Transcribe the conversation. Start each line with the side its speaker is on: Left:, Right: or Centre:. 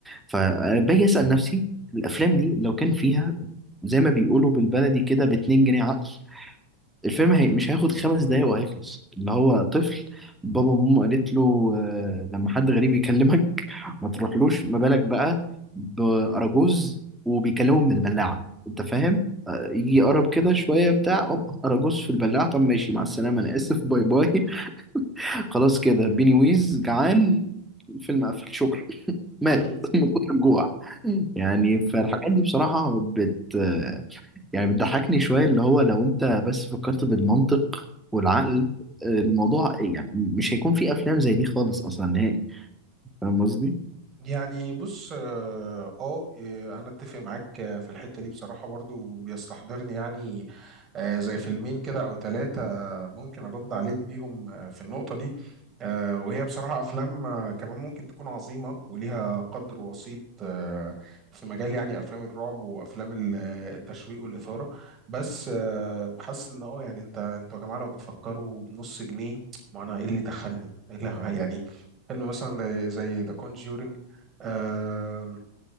Centre: فباجي أسأل نفسي الأفلام دي لو كان فيها زي ما بيقولوا بالبلدي كده باتنين جنيه عقل الفيلم هي مش هياخد خمس دقايق وهيخلص اللي هو طفل بابا وماما قالت له آه، لما حد غريب يكلمك ما تروحلوش ما بالك بقى بأراجوز وبيكلمه من البلاعة انت فاهم آه، يجي يقرب كده شوية بتاع أوب، أراجوز في البلاعة طب ماشي مع السلامة أنا آسف باي باي خلاص كده بيني ويز جعان الفيلم قفل شكرا مات
Right: <laughs>
Centre: <laughs> من كتر الجوع يعني فالحاجات دي بصراحة بت يعني بتضحكني شوية اللي هو لو انت بس فكرت بالمنطق والعقل الموضوع يعني مش هيكون في افلام زي دي خالص اصلا نهائي فاهم قصدي؟
Right: يعني بص اه آه، آه، انا اتفق معاك آه، في الحته دي بصراحه برضو بيستحضرني يعني آه، زي فيلمين كده او ثلاثه ممكن ارد عليك بيهم آه، في النقطه دي آه، وهي بصراحه افلام آه، كمان ممكن تكون عظيمه وليها قدر وسيط آه، في مجال يعني افلام الرعب وافلام ال- آه، التشويق والاثاره بس آه، حاسس ان اه يعني انت انتوا يا جماعه لو بتفكروا بنص جنيه ما انا ايه اللي دخلني إيه اللي يعني فيلم مثلا زي ذا كونجورينج آه